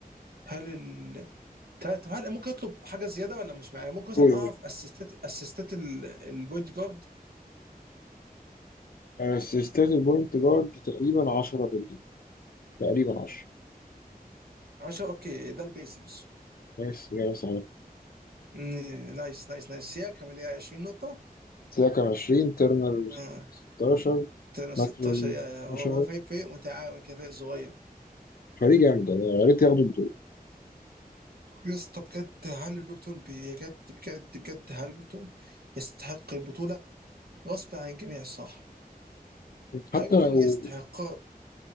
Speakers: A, on the right (about 75°); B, on the left (about 70°).
A: هل ال... طب طب هل ممكن اطلب حاجه زياده ولا مش يعني ممكن مثلا
B: قول
A: اعرف
B: قول
A: اسيستات اسيستات ال- البوينت جارد
B: اسيستات البوينت جارد تقريبا 10 بالجيم تقريبا 10
A: 10 اوكي ده البيسرز
B: ماشي إجابة صحيحة
A: مم، نايس نايس نايس يا كامل يا 20 نقطه
B: سيدا كان 20 ترنر
A: اه
B: 16
A: تنا 16
B: ماستر
A: يا يا-
B: 12
A: هو هو فريق فريق متعاون كده فريق صغير
B: فريق جامد والله يا ريت ياخدوا البطولة
A: يا اسطى بجد هل بيبتون بجد بجد بجد هل بيبتون يستحق البطوله غصب عن الجميع صح هل
B: حتى
A: بيبتون
B: لو
A: يستحق